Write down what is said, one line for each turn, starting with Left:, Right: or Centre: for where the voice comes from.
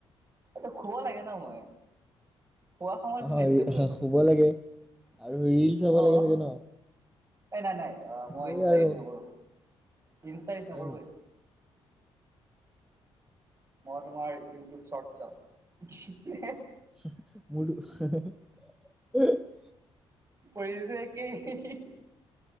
Right: এইটো শুব লাগে ন মই। শুৱা সময়ত কোনে
Centre: অ
Right: ডিষ্টাৰ্ব কৰে কোৱাচোন
Centre: শুব লাগে আৰু ৰিল চাব
Right: অ
Centre: লাগে চাগে ন?
Right: এই নাই নাই
Centre: সেইটোয়ে
Right: মই ইনষ্টা
Centre: আৰু
Right: ইউজ নকৰোঁ ইনষ্টা ইউজ
Centre: হয়
Right: নকৰোৱে।
Centre: নেকি
Right: মই তোমাৰ ইউটিউব শৰ্ট চাও -
Centre: <unintelligible>
Right: পৰে যে একেই।